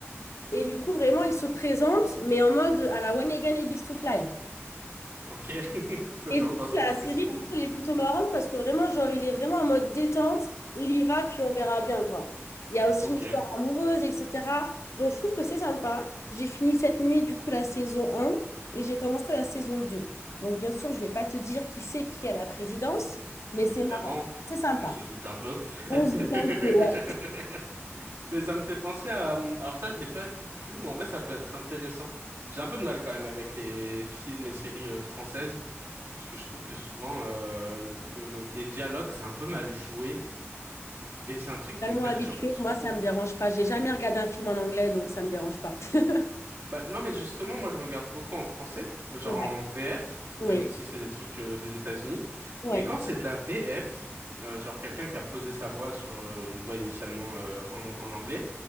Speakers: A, on the left (about 80°); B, on the right (about 75°).
A: Et du coup vraiment il se présente mais en mode à la When Again et Beast to Fly.
B: Ok. <laughs> Ça
A: Et
B: faisait
A: du
B: longtemps
A: coup,
B: cette
A: la
B: expression.
A: série, du coup, elle est plutôt marrante parce que vraiment, genre, il est vraiment en mode détente, il y va, puis on verra bien, quoi. Il y a aussi
B: Ok,
A: une histoire amoureuse, etc. Donc, je trouve que c'est sympa. J'ai fini cette nuit, du coup, la saison un, et j'ai commencé la saison 2. Donc, bien sûr, je vais pas te dire qui c'est qui est à la présidence, mais
B: évidemment.
A: c'est marrant. C'est sympa.
B: On se doute un peu. <laughs>
A: On se dit un peu, ouais.
B: Mais ça me fait penser à... euh, Alors ça, je l'ai pas vu du tout, mais en vrai, ça peut être intéressant. J'ai un peu de mal quand même avec les films et séries euh, françaises, parce que je trouve que souvent, euh, le, le- les dialogues, c'est un peu mal joué, et c'est un truc qui
A: Tellement
B: me perturbe
A: habitué
B: trop.
A: que moi, ça me dérange pas. J'ai jamais regardé un film en anglais, donc ça me dérange pas. <laughs>
B: Bah, non, mais justement, moi, je regarde beaucoup en français, genre
A: Ouais,
B: en VF, même
A: oui,
B: si c'est des trucs euh, des États-Unis.
A: ouais.
B: Mais quand c'est de la VF, euh, genre quelqu'un qui a posé sa voix sur euh, une voix initialement euh, en en anglais,